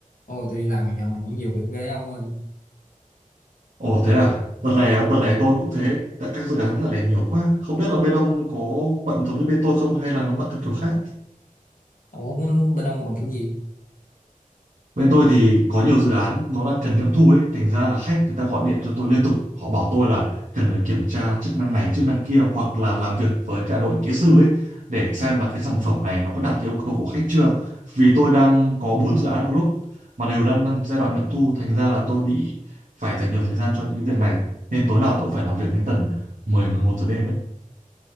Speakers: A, on the left (about 70°); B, on the right (about 65°).
A: Ồ, tôi đi làm dạo này những nhiều việc ghê ông ơi.
B: Ồ thế à? Đợt này
A: Ừ.
B: á, đợt này tôi cũng thế. Tại các dự án đợt này nhiều quá. Không biết là bên ông có bận giống như bên tôi không hay là nó bận theo kiểu khác.
A: Ủa, bên ông bằng kiểu gì?
B: Bên tôi thì có nhiều dự án nó đang cần nghiệm thu ấy. Thành ra là khách người ta gọi điện cho tôi liên tục. Họ bảo tôi là cần phải kiểm tra chức năng này, chức năng kia hoặc là làm việc với cả đội kỹ sư ấy để xem là cái sản phẩm này nó có đạt cái yêu cầu của khách chưa. Vì tôi đang có 4 dự án một lúc mà đều đang đang giai đoạn nghiệm thu. Thành ra là tôi bị phải dành nhiều thời gian cho những cái việc này. Nên tối nào tôi cũng phải làm việc đến tầm 10 11 giờ đêm ấy